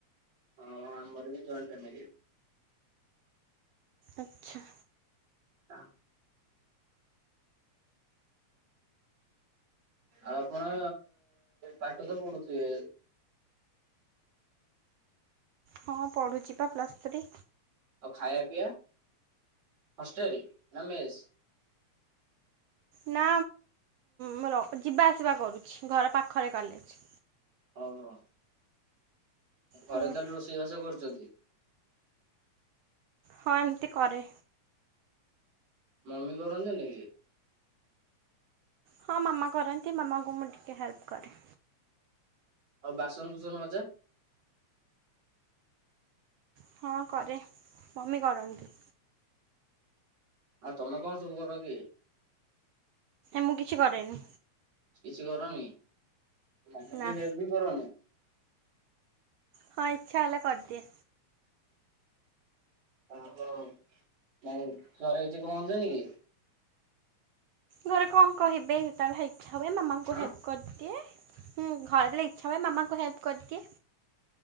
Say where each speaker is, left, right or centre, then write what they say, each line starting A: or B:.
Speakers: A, on the right (about 60°); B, on the right (about 75°).
A: ହଁ ଆମର ବି ଜଏଣ୍ଟ ଫ୍ୟମିଲି।
B: ଆଚ୍ଛା।
A: ହ। ଆଉ ଆପଣ, ପାଠ ତ ପଢୁଥିବେ?
B: ହଁ ପଢୁଛି ବା ପ୍ଲସ୍ ଥ୍ରୀ।
A: ଆଉ ଖାଇବା, ପିଇବା ହଷ୍ଟେଲ ନା ମେଶ୍?
B: ନା, ମୁଁ ରହୁ- ଯିବା ଆସିବା କରୁଛି। ଘର ପାଖରେ କଲେଜ।
A: ଓହୋ। ଘରେ
B: ହୁଁ
A: ତାହେଲେ ରୋଷେଇ ବାସ କରୁଛନ୍ତି?
B: ହଁ ଏମିତି କରେ।
A: ମମି କରନ୍ତିନି କି?
B: ହଁ ମାମା କରନ୍ତି। ମାମାଙ୍କୁ ମୁଁ ଟିକେ ହେଲ୍ପ କରେ।
A: ଆଉ ବାସନ କୁସନ ମଜା?
B: ହଁ କରେ। ମମି କରନ୍ତି।
A: ଆଉ ତମେ କଣ ସବୁ କର କି?
B: ମୁଁ କିଛି କରେନି।
A: କିଛି କରନି? ମମି କୁ
B: ନା
A: ବି ହେଲ୍ପ ବି କରନି?
B: ହଁ ଇଚ୍ଛା ହେଲେ କରିଦିଏ।
A: ଓହୋ। ଆଉ ଘରେ କିଛି କହଛନ୍ତିନି କି?
B: ଘରେ କଣ କହିବେ? ଯେତେବେଳେ ଇଚ୍ଛା ହୁଏ ମାମାଙ୍କୁ
A: ଆଁ
B: ହେଲ୍ପ କରିଦିଏ। ହୁଁ। ଘରେ ଯେତେବେଳେ ଇଚ୍ଛା ହୁଏ ମାମାଙ୍କୁ ହେଲ୍ପ କରିଦିଏ।